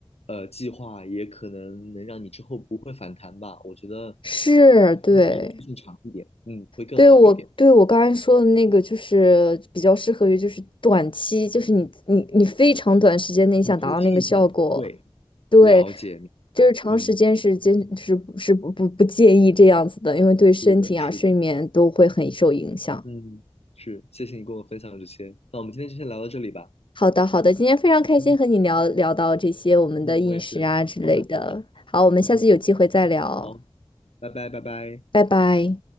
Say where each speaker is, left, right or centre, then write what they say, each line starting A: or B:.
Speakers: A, on the left (about 85°); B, on the left (about 55°).
A: 呃计划，也可能能让你之后不会反弹吧。我觉得
B: 是，对，
A: 时间长一点，嗯，会更好一点，
B: 对我对我刚才说的那个，就是比较适合于就是短期，就是你你你非常短时间内想达到那个效果，
A: 嗯，突击一下，对，
B: 对，
A: 了解，明白，
B: 就是长时间是坚是是不不不建议这样子的，
A: 嗯，
B: 因为对身体啊、
A: 是的，是的，
B: 睡眠都会很受影响。
A: 嗯，是，谢谢你跟我分享这些，那我们今天就先聊到这里吧，
B: 好的，好的，今天非常开心和你聊聊到这些我们的饮食啊之类的。
A: 嗯，好的嗯，我也是，好的，
B: 好，我们下次有机会再聊，
A: 嗯，好，拜拜，拜拜。
B: 拜拜。